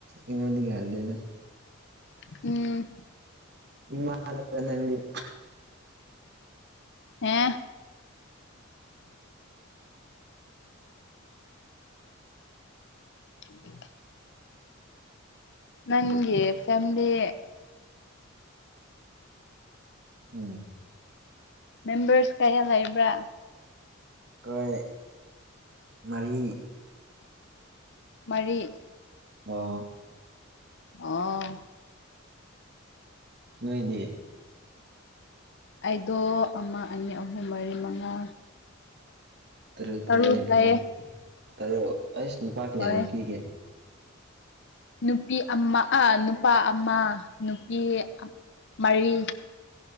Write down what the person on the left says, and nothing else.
ꯎꯝ
ꯍꯥ ꯎꯝ ꯅꯪꯒꯤ ꯐꯃꯤꯂꯤ
ꯃꯦꯝꯕꯔꯁ ꯀꯌꯥ ꯂꯩꯕ꯭ꯔꯥ
ꯃꯔꯤ
ꯑ
ꯑꯩꯗꯣ ꯑꯃ ꯑꯅꯤ ꯑꯍꯨꯝ ꯃꯔꯤ ꯃꯉꯥ
ꯇꯔꯨꯛ ꯂꯩꯌꯦ
ꯍꯣꯏ
ꯅꯨꯄꯤ ꯑꯃ ꯑꯥ ꯅꯨꯄꯥ ꯑꯃ ꯅꯨꯄꯤ ꯃꯔꯤ